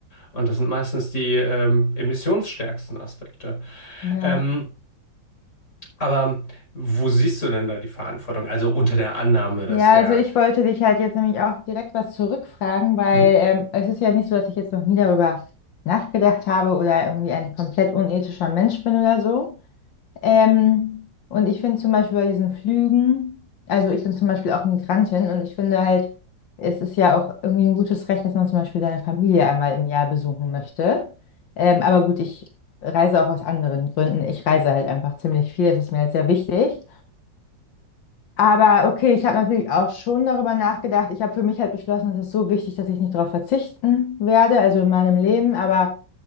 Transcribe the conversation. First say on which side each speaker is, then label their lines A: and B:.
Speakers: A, on the left (about 40°); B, on the left (about 85°).
A: Und das sind meistens die ähm, emissionsstärksten Aspekte.
B: Ja.
A: Ähm, aber wo siehst du denn da die Verantwortung? Also unter der Annahme, dass
B: Ja,
A: der...
B: also ich wollte dich halt jetzt nämlich auch direkt was zurückfragen, weil
A: Mhm.
B: ähm, es ist ja nicht so, dass ich jetzt noch nie darüber nachgedacht habe oder irgendwie ein komplett unethischer Mensch bin oder so. Ähm, und ich finde zum Beispiel bei diesen Flügen, also ich bin zum Beispiel auch Migrantin und ich finde halt, es ist ja auch irgendwie ein gutes Recht, dass man zum Beispiel seine Familie einmal im Jahr besuchen möchte. Ähm, aber gut, ich reise auch aus anderen Gründen. Ich reise halt einfach ziemlich viel, das ist mir halt sehr wichtig. Aber okay, ich habe natürlich auch schon darüber nachgedacht. Ich habe für mich halt beschlossen, es ist so wichtig, dass ich nicht darauf verzichten werde, also in meinem Leben. Aber